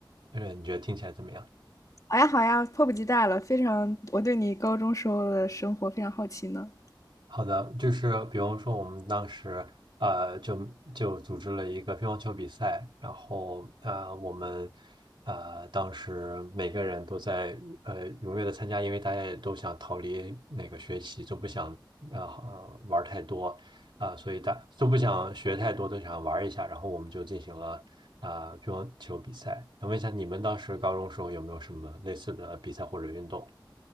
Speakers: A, on the right; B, on the left.
A: 呃，你觉得听起来怎么样？
B: 好呀，好呀，迫不及待了，非常，我对你高中时候的生活非常好奇呢。
A: 好的，就是比方说我们当时呃就就组织了一个乒乓球比赛，然后呃我们呃当时每个人都在呃踊跃的参加，因为大家也都想逃离那个学习，就不想呃呃玩儿太多啊、呃所以大都不想学太多，都想玩儿一下，然后我们就进行了啊、呃乒乓球比赛。想问一下，你们当时高中时候有没有什么类似的比赛或者运动？